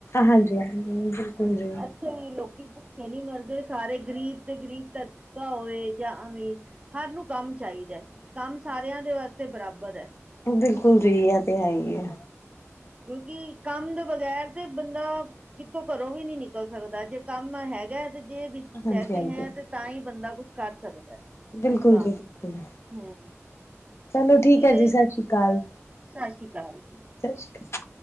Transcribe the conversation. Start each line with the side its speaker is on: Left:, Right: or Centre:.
Left: ਹਾਂਜੀ, ਹਾਂਜੀ, ਬਿਲਕੁਲ ਜੀ।
Right: ਲੋਕੀ ਭੁੱਖੇ ਨੀ ਮਰਦੇ, ਸਾਰੇ ਗਰੀਬ ਤੇ ਗਰੀਬ ਤਤਕਾ ਹੋਏ ਜਾ ਅਮੀਰ, ਹਰ ਨੂੰ ਕੰਮ ਚਾਈਦਾ। ਕੰਮ ਸਾਰੇਆ ਦੇ ਵਾਸਤੇ ਬਰਾਬਰ ਐ।
Left: ਬਿਲਕੁਲ ਜੀ, ਐ ਤੇ ਹੈ ਹੀ ਏ।
Right: ਕੇਉਂਕਿ ਕੰਮ ਦੇ ਬਗੈਰ ਤੇ ਬੰਦਾ ਕਿੱਥੋ ਘਰੋਂ ਵੀ ਨੀ ਨਿਕਲ ਸਕਦਾ, ਜੇ ਕੰਮ ਹੈਗਾ ਤੇ ਜੇਬ ਚ
Left: ਹਾਂਜੀ
Right: ਪੈਸੇ
Left: ਹਾਂਜੀ
Right: ਹੈ ਤੇ ਤਾਂ ਹੀ ਬੰਦਾ ਕੁਛ ਕਰ ਸਕਦਾ
Left: ਬਿਲਕੁਲ
Right: ਇਨਸਾਨ।
Left: ਜੀ ਬਿਲਕੁਲ
Right: ਹੂੰ,
Left: ਚਲੋ
Right: ਇਸ
Left: ਠੀਕ
Right: ਲਿਏ
Left: ਹੈ ਜੀ ਸਤਿ ਸ਼੍ਰੀ ਅਕਾਲ
Right: ਸਤਿ ਸ਼੍ਰੀ ਅਕਾਲ ਜੀ
Left: ਸਤਿ ਸ਼੍ਰੀ ਅਕਾਲ